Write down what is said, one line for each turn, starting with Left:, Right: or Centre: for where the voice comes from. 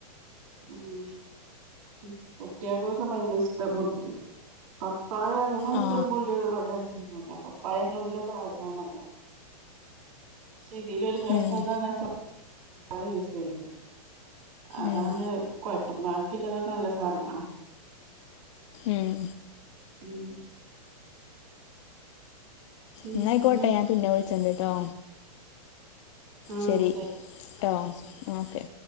Right: ഉം കുട്ടിയോൾക്കൊക്കെ ഭയങ്കര <unintelligible> പപ്പായ അങ്ങനെ കിട്ടുമ്പോ
Left: ആ
Right: ഓല് വല്ലാതെ തിന്നൂല വയറിന് നല്ല സാധനണല്ലോ പക്ഷെ ഇതിലൊരു പ്രശ്നം
Left: ഉം,
Right: എന്താന്ന് വെച്ചാൽ പറി യൂസ് ചെയ്യണണ്ട് അതാണ്
Left: ഉം,
Right: കുഴപ്പം. ബാക്കിള്ളതൊക്കെ നല്ല സാധനങ്ങള
Left: ഉം.
Right: ഉം പിന്നെ
Left: എന്നായിക്കോട്ടെ ഞാൻ പിന്നെ വിളി വിളിക്കണ്ടാ ട്ടോ
Right: ആഹ്
Left: ശരി
Right: ന്നാ
Left: ട്ടോ ഓക്കെ